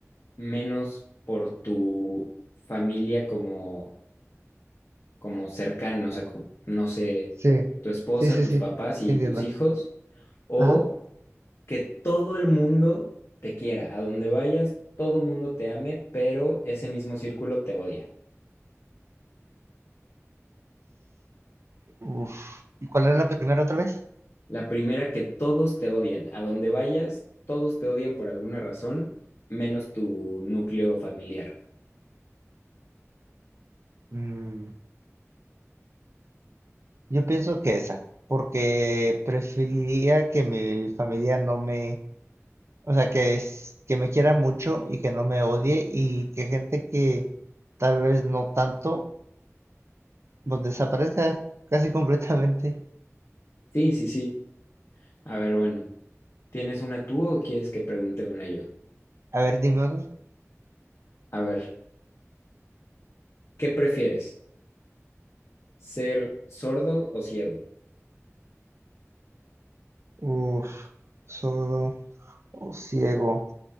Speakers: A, on the left (about 60°); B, on the right (about 60°).
A: menos por tu familia como, como cercana, o sea, co- no sé,
B: Sí,
A: tu esposa,
B: sí, sí,
A: tus
B: sí,
A: papás
B: sí
A: y
B: entiendo.
A: tus hijos? ¿O
B: Ajá.
A: que todo el mundo te quiera, a donde vayas, todo el mundo te ame, pero ese mismo círculo te odia.
B: Uf. ¿Y cuál era la primera otra vez?
A: La primera, que todos te odian, a donde vayas, todos te odian por alguna razón, menos tu núcleo familiar.
B: Mm, Yo pienso que esa, porque preferiría que mi familia no me O sea, que es, que me quiera mucho y que no me odie y que gente que tal vez no tanto, pues desaparezca casi completamente.
A: Sí, sí, sí. A ver, bueno, ¿tienes una tú o quieres que pregunte una yo?
B: A ver, dime otro.
A: A ver, ¿qué prefieres? ¿Ser sordo o ciego?
B: Uf, sordo o ciego.